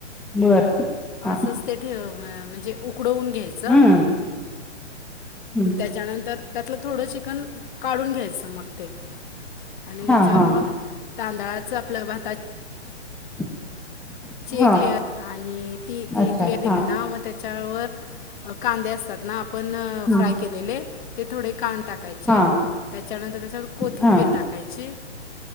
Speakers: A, in the centre; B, on the left.
A: बरं हां
B: असंच ते ठेव म्हणजे उकडवून घ्यायचं
A: हम्म हम्म
B: त्याच्यानंतर त्यातलं थोडं चिकन काढून घ्यायचं मग ते आणि त्याच्यावर
A: हां हां
B: मग तांदळाचं आपल्या भाता
A: <inaudible>
B: त्याची
A: हां
B: एक लेअर आणि ती
A: अच्छा
B: एक लेअर दिली
A: हां
B: ना मग त्याच्यावर कांदे असतात ना आपण
A: हां
B: फ्राय केलेले ते थोडे कन टाकायचे
A: हां
B: त्याच्यानंतर त्याच्यावर कोथिंबीर
A: हां
B: टाकायची